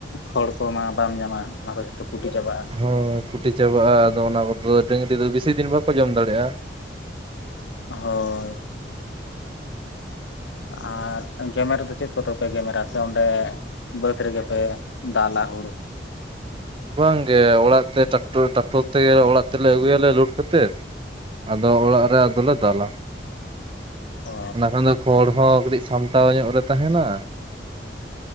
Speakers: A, on the left; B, on the right.
A: ᱠᱷᱚᱲ ᱠᱚᱢᱟ ᱵᱟᱢ ᱧᱟᱢᱟ ᱚᱱᱟ ᱠᱚ ᱡᱷᱚᱛᱚ ᱠᱩᱴᱤ ᱪᱟᱵᱟᱜᱼᱟ।
B: ᱦᱳᱭ ᱠᱩᱴᱤ ᱪᱟᱵᱟᱜᱼᱟ ᱟᱫᱚ ᱚᱱᱟ ᱠᱚᱫᱚ ᱰᱟᱹᱝᱨᱤ ᱫᱚ ᱵᱤᱥᱤ ᱫᱤᱱ ᱵᱟᱠᱚ ᱡᱚᱢ ᱫᱟᱲᱮᱭᱟᱜᱼᱟ।
A: ᱦᱳᱭ ᱟᱨ ᱜᱮᱢᱮᱨ ᱫᱚ ᱪᱮᱫ ᱠᱚᱛᱮᱯᱮ ᱜᱮᱢᱮᱨᱟ ᱥᱮ ᱚᱸᱰᱮ ᱵᱟᱹᱫᱽ ᱨᱮᱜᱮ ᱯᱮ ᱫᱟᱞᱟ ᱦᱩᱲᱩ?
B: ᱵᱟᱝᱜᱮ ᱚᱲᱟᱜ ᱛᱮ ᱴᱟᱠᱴᱚᱨ ᱴᱟᱠᱴᱚᱨ ᱛᱮ ᱚᱲᱟᱜ ᱛᱮᱞᱮ ᱟᱹᱜᱩᱭᱟ ᱞᱮ ᱞᱳᱴ ᱠᱟᱛᱮᱜ। ᱟᱫᱚ ᱚᱲᱟᱜ ᱨᱮ ᱟᱫᱚᱞᱮ ᱫᱟᱞᱟ।
A: ᱚ
B: ᱚᱱᱟᱠᱷᱚᱱ ᱫᱚ ᱠᱷᱚᱲ ᱦᱚᱸ ᱠᱟᱴᱤᱡ ᱥᱟᱢᱴᱟᱣ ᱧᱚᱜ ᱨᱮ ᱛᱟᱦᱮᱱᱟ